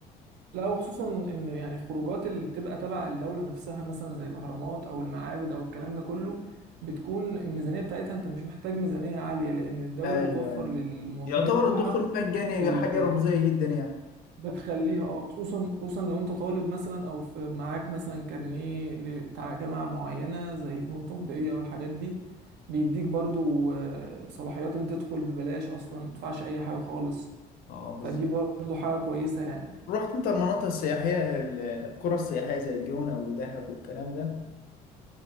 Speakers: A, on the right; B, on the left.
A: لا وخصوصا ان يعني الخروجات اللي بتبقى تبع الدولة نفسها مثلا زي الاهرامات او المعابد او الكلام ده كله بتكون الميزانية بتاعتها انت مش محتاج ميزانية عالية لان الدولة
B: ايوه
A: بتوفر
B: أيوة.
A: للمواطنين
B: يعتبر
A: بتوعها
B: الدخول مجاني
A: ال-
B: حاجه رمزيه جدا يعني
A: بتخليها اه خصوصا خصوصا لو انت طالب مثلا او في معاك مثلا كارنيه ل- بتاع جامعه معينه زي فنون تطبيقيه او الحاجات دي بيديك برضو آه، صلاحيات ان تدخل ببلاش اصلا ما تدفعش اي حاجه خالص
B: اه بالظبط
A: فدي برضو حاجه كويسه يعني
B: رحت انت المناطق السياحيه ال- القرى السياحيه زي الجونه ودهب والكلام ده